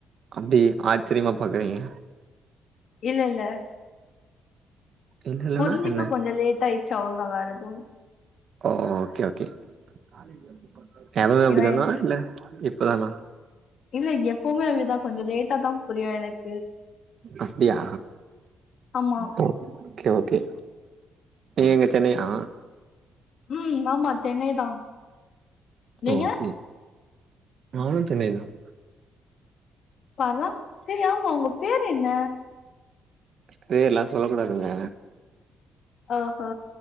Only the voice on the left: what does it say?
இல்ல இல்ல
புரிஞ்சுக்க
கொஞ்சம் லேட் ஆயிடுச்சு ச்சா அவ்ளுதா வேற எதும்
ஏன்னா
இல்ல இங்க எப்பவுமே அப்டிதான் கொஞ்ச லேட்டா தான் புரியாணக்
ஆமா
ஹ்ம்ஆமா சென்னை தான் நீங்க
பார்ரா சரி ஆமா உங்க பேர் என்ன
ஆஹா